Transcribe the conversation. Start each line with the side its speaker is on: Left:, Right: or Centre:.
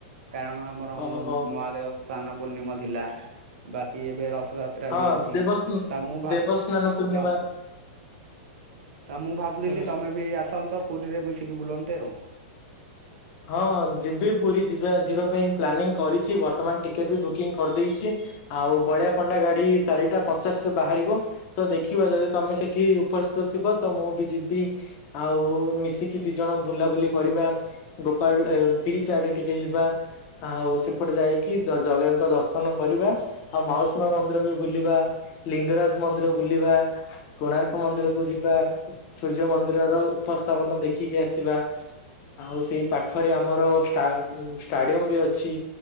Right: କାରଣ ଆମର
Left: ଓହୋ
Right: ମହାଦେବ ସ୍ନାନ ପୂର୍ଣ୍ଣିମ ଥିଲା ବାକି ଏବେ ରଥଯା ତ୍ରା
Left: ହଁ
Right: ବି ଅଛି
Left: ଦେବସ୍ନ
Right: ତ ମୁଁ ଭା
Left: ଦେବସ୍ନାନ ପୂର୍ଣ୍ଣିମା
Right: ତ ତ ମୁଁ ଭାବୁଥିଲି
Left: ହୁଁ।
Right: ତମେ ବି ଆସନ୍ତ ପୁରୀରେ ମିଶିକି ବୁଲନ୍ତେ ଆଉ।
Left: ହଁ ଯିବି ପୁରୀ ଯିବା ଯିବା ପାଇଁ ପ୍ଲାନିଂ କରିଚି ବର୍ତ୍ତମାନ ଟିକେଟ ବି ବୁକିଂ କରିଦେଇଚି। ଆଉ ବଳିଆ ପଣ୍ଡା ଗାଡି ଚାରିଟା ପଚାଶ ରେ ବାହାରିବ। ତ ଦେଖିବା ଯଦି ତମେ ସେଠି ଉପସ୍ଥିତ ଥିବ ତ ମୁଁ ବି ଯିବିଶ ଆଉ ମିଶିକି ଦି ଜଣ ବୁଲାବୁଲି କରିବା। ଗୋପାଳ ଏ ବିଚ୍ ଆଡେ ଟିକେ ଯିବା। ଆଉ ସେପଟେ ଯାଇକି ଜ ଜଗାଙ୍କ ଦର୍ଶନ କରିବା। ଆଉ ମାଉସୀ ମା ମନ୍ଦିର ବି ବୁଲିବା। ଲିଙ୍ଗରାଜ ମନ୍ଦିର ବୁଲିବା କୋଣାର୍କ ମନ୍ଦିରକୁ ଯିବା ସୂର୍ଯ୍ୟ ମନ୍ଦିରର ଉପସ୍ଥାପନ ଦେଖିକି ଆସିବା ଆଉ ସେଇ ପାଖରେ ଆମ ଆମର ଷ୍ଟା ଷ୍ଟାଡିୟମ ବି ଅଛି